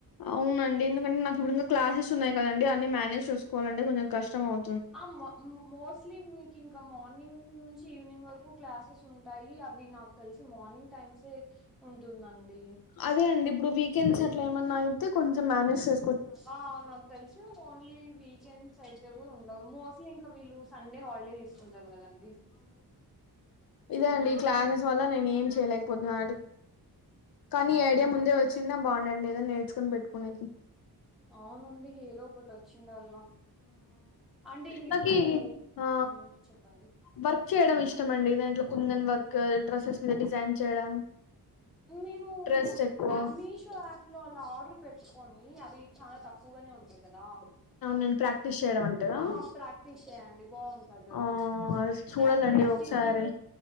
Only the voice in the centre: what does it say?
ఆ మ మోస్ట్లీ కింకా మార్నింగ్ నుంచి ఈవినింగ్ వరకు క్లాసెస్ ఉంటాయి అవి నాకు తెల్సి మార్నింగ్ టైమ్స్ సే ఉంటుందండి
ఆ నాకు తెల్సి ఓన్లీ వీకెండ్స్ ఐ ఉండవు మోస్ట్లీ ఇంకా వీళ్ళు సండే హాల్డే తీస్కూంటారు కదండి
ఉమ్
అవునవును
ఔనండి ఏదో ఒకటి వచ్చిండాల్లా అంటే ఇంగిప్పుడు
ఉం చెప్పండి
మీరు
మీషో ఆప్లో అలా ఆర్డర్ పెట్కొని అవి చాలా తక్కువ కూగానే ఉంటాయి కదా
ఆ ప్రాక్టీస్ చేయండి బాఉంటది కదా
లైక్ థ్రెడ్డింగ్